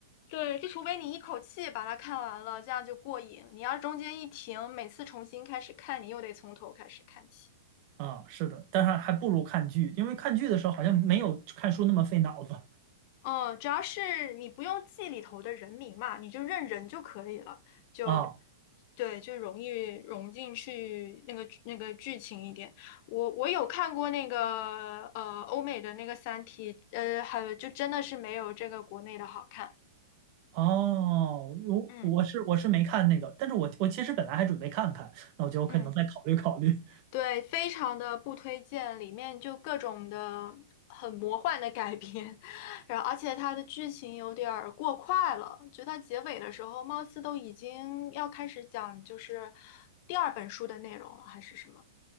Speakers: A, on the left; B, on the right.
A: 对，就除非你一口气把它看完了，这样就过瘾。你要中间一停，每次重新开始看，你又得从头开始看起。
B: 啊，是的，但是还不如看剧，因为看剧的时候好像没有看书那么费脑子
A: 哦，主要是你不用记里头的人名嘛，你就认人就可以了，就
B: 啊。
A: 对，就容易融进去那个剧那个剧情一点。我我有看过那个呃欧美的那个《三体》，呃，还有就真的是没有这个国内的好看。
B: 哦，我我是我是没看那个，
A: 嗯
B: 但是我我其实本来还准备看看，那我觉得我可能再考虑考虑。
A: 嗯。对，非常的不推荐，里面就各种的很魔幻的改编，<laughs> 然后而且它的剧情有点儿过快了，就它结尾的时候，貌似都已经要开始讲就是第二本书的内容了，还是什么？